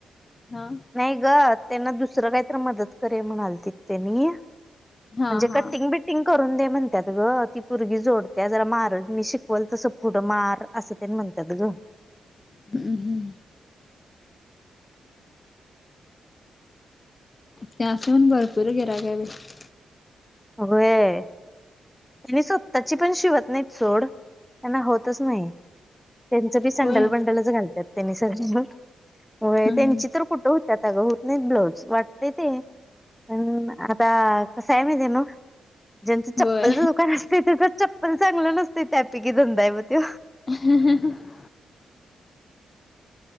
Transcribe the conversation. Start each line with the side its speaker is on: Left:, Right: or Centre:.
Left: हा
Centre: नाही ग त्यांना दुसरं काहीतरी मदत करे म्हणाल तिथ त्यांनी म्हणजे
Left: हा हा
Centre: कटिंग बी कटि गकरून दे म्हणतात ग ती पोरगी जोडत्या जरा मार मी शिकवल तसं पुढं मार अस ते, म्हणतात ग
Left: हम्म हं त्या अस हून भरपूर गिरहिक आहे बाई
Centre: अग ये त्यां स्वतःची पण शिवत नाही सोड त्यांना होतच नाही त्यांचं बी संडल
Left: होय.
Centre: बंडल च घालतात त्यांनी सगळ्यां व
Left: हम्म
Centre: त्यांची तर कुठं होतेता अगं होत नाहीत ब्लाऊज वाटते ते पण आता कस आहे माहिती आहे न ज्यांचं चप्पलचं
Left: होय
Centre: दुकान असते त्याच चप्पल चांगलं नसतं त्यापकीी धंदा आहे म ते
Left: <unintelligible>